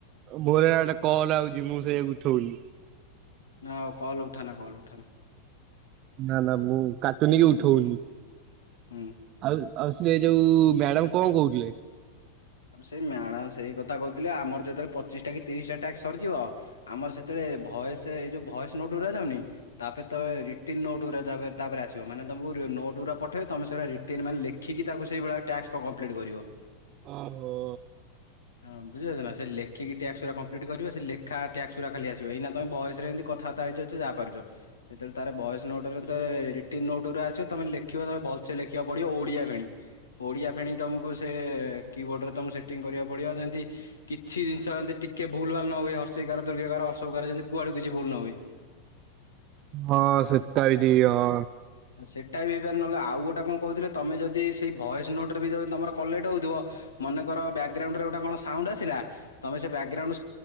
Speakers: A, on the right (about 40°); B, on the left (about 75°).
A: ମୋର ଏଆଡ଼େ କଲ୍ ଆଉଚି ମୁଁ ସେ ଉଠଉନି।
B: ନାଁ ଆଉ କଲ୍ ଉଠାନା କଲ୍ ଉଠାନା।
A: ନା ନା ମୁଁ କାଟୁନିକି
B: ହୁଁ
A: ଉଠଉନି,
B: ହୁଁ
A: ଆଉ, ଆଉ ସେ ଯୋଉ ମ୍ୟାଡାମ୍ କଣ କହୁଥିଲେ?
B: ଆଉ ସେଇ ମ୍ୟାଡ଼ାମ୍ ସେଇ କଥା କହୁଥିଲେ ଆମର ଯେତେବେଳେ ପଚିଶ୍ଟା କି ତିରିଶ୍ଟା ଟାସ୍କ ସରିଯିବ ଆମର ସେତେବେଳେ ଭଏସ୍, ଏଇ ଯୋଉ ଭଏସ୍ ନୋଟ୍ ଉଡା ଯାଉନି ତାପରେ ତ ଏ ରିଟିନ୍ ନୋଟ୍ ଉରା ତାପରେ, ତାପରେ ଆସିବ ମାନେ ତମକୁ ନୋଟ୍ ଉରା ପଠେଇବେ ତମେ ସେଉରା ରି ଟିନ୍ ମାନେ ଲେଖିକି ତାଙ୍କୁ ସେଇଭଳିଆ ଟାସ୍କ କ କଂମ୍ପ୍ଲିଟ୍ କରିବ।
A: ଅଁହୋ।
B: ହଁ ବୁଝିପାରୁଛ ନା ସେ ଲେଖିକି ଟ୍ୟାସ୍କଉରା କଂମ୍ପ୍ଲିଟ୍ କରିବେ ସେ ଲେଖା ଟ୍ୟାସ୍କ ଉରା ଖାଲି ଆସିବ ଏଇନା ତମେ ଭଏସ୍ ରେ ଏମିତି କ୍ କଥାବାର୍ତ୍ତା ହେଇଚ ଯା ପାରୁଚ। ଯେତେବେଳେ ତାର ଭଏସ ନୋଟରେ ଯେତଳେ ରିଟିନ୍ ନୋଟ୍ ଉରା ଆସିବ ତମେ ଲେଖିବ ତମେ ଭଲସେ ଲେଖିବାକୁ ପଡିବ ଓଡିଆ ଫେଣି। ଓଡିଆ ଫେଣି ତମକୁ ସେ କି ବୋର୍ଡରେ ତମକୁ ସେଟିଂ କରିବାକୁ ପଡିବ ଯେମତି କିଛିି ଜିନିଷ ଯେମିତି ଟିକେ ଭୁଲ ଭାଲ୍ ନ ହୁଏ ହର୍ସେଇକାର୍ ଦୁର୍ଘେଇକାର ହର୍ସଉକାର ଯେମିତି କୁଆଡୁ କିଛି ଭୁଲ ନ ହୁଏ। <inaudible>
A: ହଁ ସେଟା ବି ଠିକ୍ ହଁ।
B: ସେଟା ବି ହେଇପାର୍ ନହଲେ ଆଉ ଗୋଟେ କଣ କହୁଥିଲେ ତମେ ଜଦି ସେଇ ଭଏସ୍ ନୋଟରେ ବି ଯଦି ତମର କଲେକ୍ଟ ହଉଥୁବ ମନେକର ବ୍ୟାକଗ୍ରାଉଣ୍ଡରେ ଗୋଟେ କଣ ସାଉଣ୍ଡ ଆସିଲା। ତମେ ସେ ବ୍ୟାକଗ୍ରାଉଣ୍ଡ।